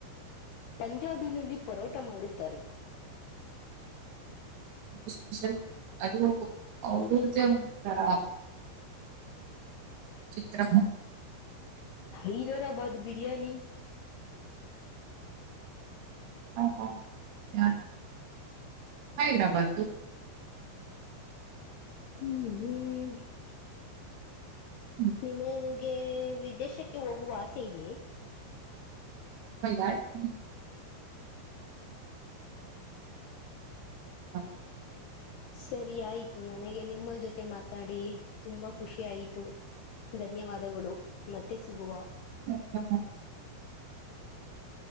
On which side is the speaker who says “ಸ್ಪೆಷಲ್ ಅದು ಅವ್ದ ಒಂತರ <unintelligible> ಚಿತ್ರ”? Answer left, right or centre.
Right